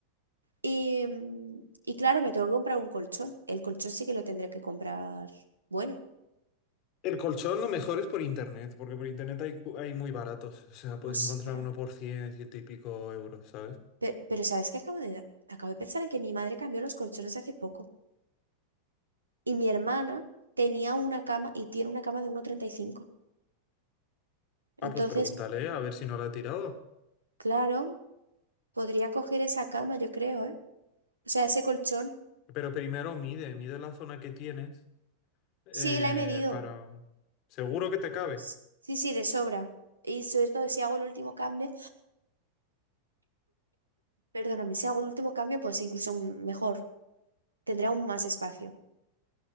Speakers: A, on the right; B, on the left.
A: Y, mm, y claro, me tengo que comprar un colchón. El colchón sí que lo tendré que comprar. Bueno,
B: El colchón lo mejor es por internet, porque por internet hay, cu- hay muy baratos. O sea, puedes
A: ostra.
B: encontrar uno por 100 ciento y pico euros, ¿sabes?
A: Pe- Pero, ¿sabes qué? Acabo de, acabo de pensar en que mi madre cambió los colchones hace poco. Y mi hermana tenía una cama y tiene una cama de uno coma treinta y cinco Entonces,
B: Ah, pues pregúntale a ver si no lo ha tirado.
A: claro. Podría coger esa cama, yo creo, ¿eh? O sea, ese colchón.
B: Pero primero mide, mide la zona que tienes eh,
A: Sí, la he medido.
B: para... Seguro que te cabe.
A: S- Sí, sí, de sobra. Y sobre todo si hago el último cambio, perdóname, si hago el último cambio, pues incluso un- mejor. Tendré aún más espacio.